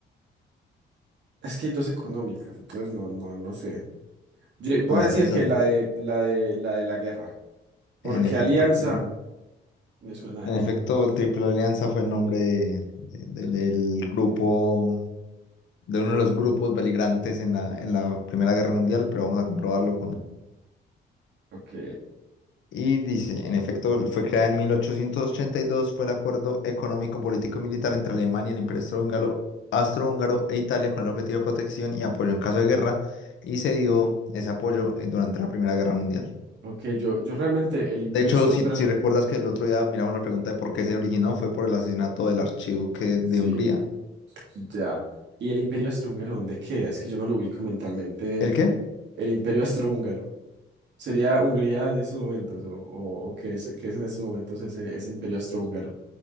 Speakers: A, on the right (about 65°); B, on the left (about 70°).
A: Es que hay dos económicas, entonces no, no lo sé. Yo voy
B: Ah, esa,
A: a decir
B: esa,
A: que la de la de la de la guerra, porque
B: En efecto,
A: alianza
B: en efec-
A: me suena
B: en
A: a eso.
B: efecto, el Triple Alianza fue el nombre de- de- del grupo, de uno de los grupos beligrantes en la, en la Primera Guerra Mundial, pero vamos a comprobarlo con...
A: Ok,
B: Y dice, en efecto, fue creada en mil ochocientos ochenta y dos fue el acuerdo económico, político y militar entre Alemania, el Imperio Austrohúngaro, Austrohúngaro e Italia con el objetivo de protección y apoyo en caso de guerra, y se dio ese apoyo eh, durante la Primera Guerra Mundial.
A: ok, yo, yo realmente el Imperio
B: De hecho,
A: Austrohúngaro,
B: si, si recuerdas que el otro día miramos la pregunta de por qué se originó, fue por el asesinato del archiduque de
A: sí,
B: Hungría.
A: ya. ¿Y el Imperio Austrohúngaro dónde queda? Es que yo no lo ubico mentalmente.
B: ¿El qué?
A: El Imperio Austrohúngaro. ¿Sería Hungría en esos momentos? ¿O, o, o qué es, qué es en estos momentos ese, ese Imperio Austrohúngaro?